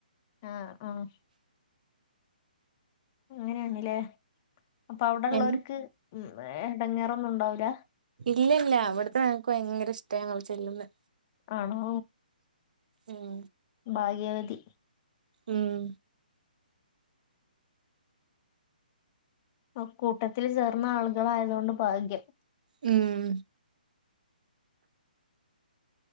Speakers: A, on the left; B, on the right.
A: ആഹ് ആഹ് അങ്ങനെയാണല്ലേ. അപ്പൊ അവിടെള്ളവർക്ക്
B: ഏഹ്
A: ഇടങ്ങേറൊന്നും ഉണ്ടാവൂല?
B: ഇല്ല ഇല്ല അവിടുത്തെ, നങ്ങക്ക് ഭയങ്കര ഇഷ്ടങ്ചെല്ലന്നേ.
A: ആണോ
B: ഉം
A: ഭാഗ്യവതി
B: ഉം
A: ആ കൂട്ടത്തിൽ ചേർന്ന ആളുകളായതൊണ്ട് ഭാഗ്യം
B: ഉം